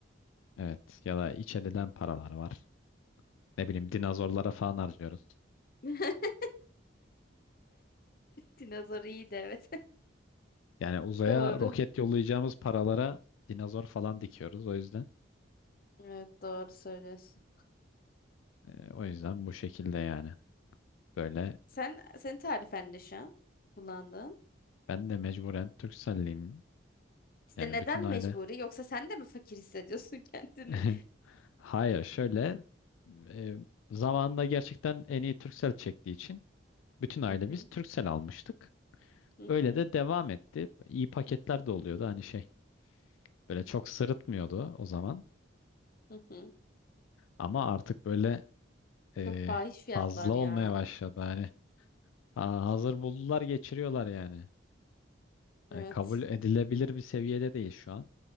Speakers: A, on the left; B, on the left.
A: Evet. Ya da iç edilen paralar var. Ne bileyim dinozorlara falan harcıyoruz.
B: <laughs> Dinozor iyi de evet.
A: Yani uzaya
B: Doğru.
A: roket yollayacağımız paralara dinozor falan dikiyoruz. O yüzden
B: Evet doğru söylüyorsun.
A: e, o yüzden bu şekilde yani. Böyle
B: Sen senin tarifen ne şu an kullandığın?
A: ben de mecburen Turkcelliyim.
B: İşte
A: Yani
B: neden
A: bütün aile.
B: mecburi? Yoksa sen de mi fakir hissediyorsun <laughs> kendini?
A: <laughs> Hayır, şöyle e, zamanında gerçekten en iyi Turkcell çektiği için bütün ailemiz
B: Hı hı
A: Turkcell almıştık.
B: hı
A: Öyle
B: hı
A: de devam etti. İyi paketler de oluyordu hani şey. Böyle çok sırıtmıyordu o zaman.
B: hı hı.
A: Ama artık böyle e,
B: Çok fahiş
A: fazla
B: fiyatlar
A: olmaya
B: ya.
A: başladı hani. Ha, hazır buldular geçiriyorlar yani. Hani
B: Evet.
A: kabul edilebilir bir seviyede değil şu an.